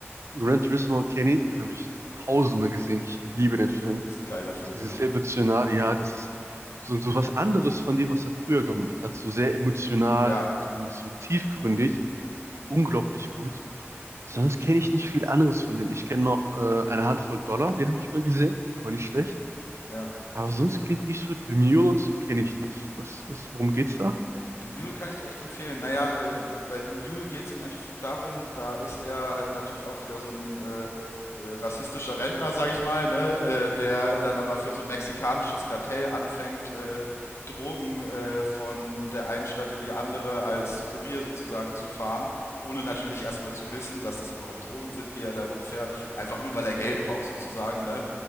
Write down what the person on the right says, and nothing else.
Gran Turismo kenne ich, den habe ich tausendmal gesehen. Ich liebe den Film.
So Dieses
emotional, ja, das ist so, so was anderes von dem, was er früher gemacht hat. So sehr emotional
und, und so tiefgründig. Unglaublich gut. Sonst kenne ich nicht viel anderes von dem. Ich kenne noch äh, eine Handvoll Dollar, den habe ich mal gesehen, aber nicht schlecht.
Aber
sonst klingt Eastwood, The Mule und so kenne ich nicht. Was, was, worum geht's da?